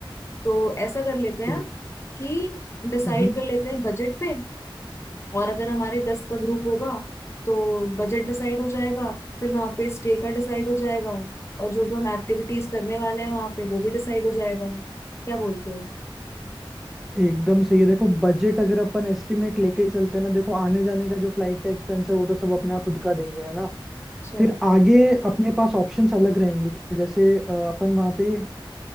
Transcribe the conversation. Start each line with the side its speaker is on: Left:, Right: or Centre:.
Left: तो ऐसा कर लेते हैं
Centre: फिर
Left: कि डिसाइड
Centre: हम्म
Left: कर लेते हैं बजट पे और अगर हमारे दस का ग्रुप होगा तो बजट डिसाइड हो जाएगा फिर वहाँ पे स्टे का डिसाइड हो जाएगा और जो जो हम एक्टिविटीज करने वाले हैं वहाँ पे वो भी डिसाइड हो जाएगा क्या बोलते हो
Centre: एकदम सही है देखो बजट अगर अपन एस्टिमेट लेके ही चलते हैं ना देखो आने जाने का जो फ्लाइट का एक्सपेंस है वो तो सब अपना खुद का देंगे है ना
Left: अच्छा
Centre: फिर आगे अपने पास ऑप्शंस अलग रहेंगे कि जैसे अ, अपन वहाँ पे